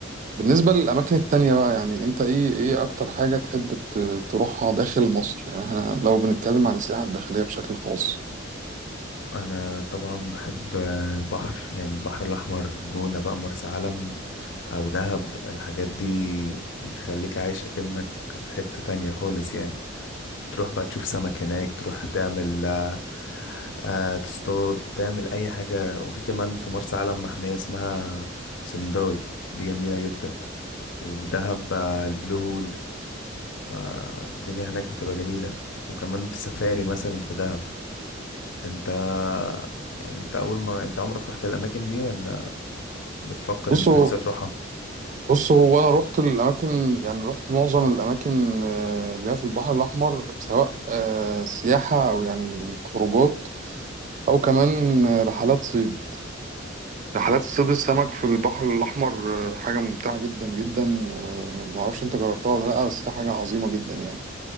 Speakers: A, on the right; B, on the left.
A: بالنسبة للأماكن التانية بقى يعني أنت إيه إيه أكتر حاجة تحب ت- تروحها داخل مصر؟ يعني إحنا لو بنتكلم عن السياحة الداخلية بشكل خاص
B: أنا طبعا بحب البحر يعني البحر الأحمر الجونة بقى مرسى علم أو دهب الحاجات دي بتخليك عايش أكنك في حتة تانية خالص يعني تروح بقى تشوف سمك هناك تروح تعمل آه، آه، تصطاد تعمل اي حاجة وفي كمان في مرسى علم محمية اسمها سمداي دي جميلة جدا وفي دهب آه، البلو هول فالدنيا هناك بتبقى جميلة وكمان في السفاري مثلا في دهب انت يعني انت اول مرة انت عمرك رحت الاماكن دي ولا بتفكر
A: بصوا
B: انت لسه تروحها
A: بصوا هو أنا رحت الأماكن يعني رحت معظم الأماكن آه، اللي هي في البحر الأحمر سواء آه، سياحة أو يعني خروجات أو كمان آه، رحلات صيد رحلات صيد السمك في البحر الأحمر آه، حاجة ممتعة جدا جدا ومعرفش أنت جربتها ولا لأ بس هي حاجة عظيمة جدا يعني